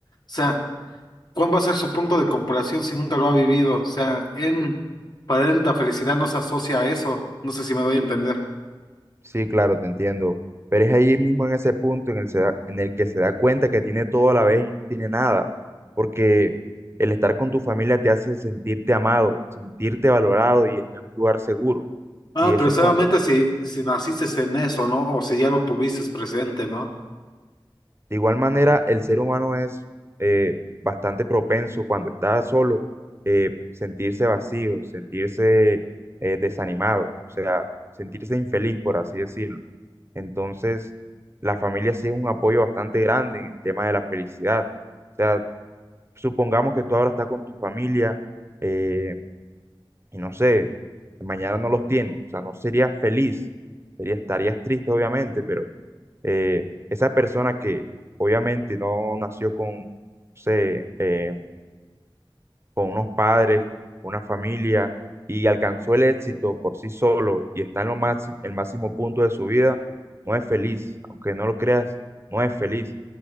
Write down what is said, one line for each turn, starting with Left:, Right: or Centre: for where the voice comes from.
Left: sea, ¿Cuál va a ser su punto de comparación si nunca lo ha vivido? O sea, en, para él la felicidad no se asocia a eso. No sé si me doy a entender.
Right: Sí, claro, te entiendo. Pero es ahí mismo en ese punto en el, se da- en el que se da cuenta que tiene todo a la vez y no tiene nada. Porque el estar con tu familia te hace sentirte amado, sentirte valorado y estar en un lugar seguro.
Left: Ah,
Right: Y eso
Left: pero
Right: es
Left: solamente
Right: cuando
Left: si, si naciste en eso, ¿no? O si ya lo tuviste presente, ¿no?
Right: De igual manera, el ser humano es eh, bastante propenso cuando está solo eh, sentirse vacío, sentirse eh, desanimado, o sea, sentirse infeliz, por así decirlo. Entonces, la familia sí es un apoyo bastante grande en el tema de la felicidad. O sea, supongamos que tú ahora estás con tu familia eh, y no sé, mañana no los tienes, o sea, no serías feliz, sería- estarías triste obviamente, pero eh, esa persona que obviamente no nació con, no sé, eh, con unos padres, una familia y alcanzó el éxito por sí solo y está en lo máximo, el máximo punto de su vida, no es feliz, aunque no lo creas, no es feliz,